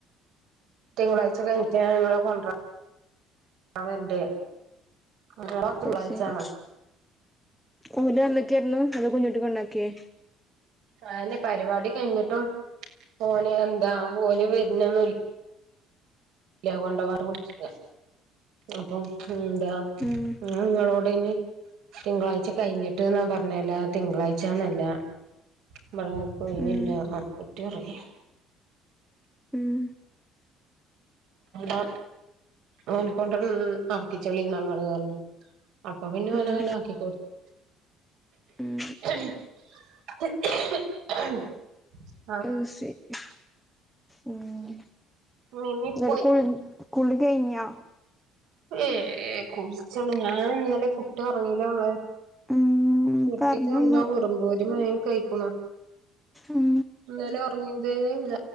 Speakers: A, on the right (about 65°); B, in the centre.
A: തിങ്കളാഴ്ച കഴിഞ്ഞിട്ട് ഞങ്ങളെ കൊണ്ടറ വരണ്ട് ഞങ്ങളെ തിങ്കളാഴ്ചാണ്
B: അഹ് ശരി ഓര് വന്ന ക്കെര്നു അതോ കുഞ്ഞിട്ടി കൊണ്ടാക്കിയേ
A: അയന്നെ പരിപാടി കയ്ഞ്ഞിട്ടും ഓന് എന്താ ഓല് വരുന്നൊന്നല്ല ല്ല കൊണ്ടാകാണ്ട് പർച്ച്ക്ക. അപ്പം എന്താ
B: ഉം
A: ഒന് ങ്ങളോടേനി തിങ്കളാഴ്ച കഴിഞ്ഞിട്ട് ന്നാ പറഞ്ഞേ അല്ലാതെ തിങ്കളാഴ്ചാന്നല്ല ഇവിടെ പോയിവല്ല
B: ഉം
A: ആ കുട്ടി റങ്ങിയോ
B: ഉം
A: ആ ഓനെ കൊണ്ട് ആക്കിചളി ന്നാങ്ങള് ന്നാർഞ്ഞു അപ്പ പിന്നെ ഓനങ്ങനെ
B: ഉം
A: ആക്കി കൊടുത്തു
B: ഉം
A: <inaudible>
B: ആഹ് ശരി ഉം
A: മിന്നി
B: ന്നട്ട്
A: പോയി
B: കു കുളി കെയ്ഞ്ഞോ
A: ഏ കുളിച്ച്ണ് ഞാൻ ഇന്നലെ കുട്ടി ഒ റ്ങ്ങീലവളെ
B: ഉം
A: കുട്ടിക്ക്
B: പറഞ്ഞുമ്മ
A: എന്ധോ കുറുമ്പ് ഒരു മണിയൊക്കെ ആയ്ക്ണ്
B: ഉം
A: ഇന്നലെ ഉറങ്ങതേ ഇല്ല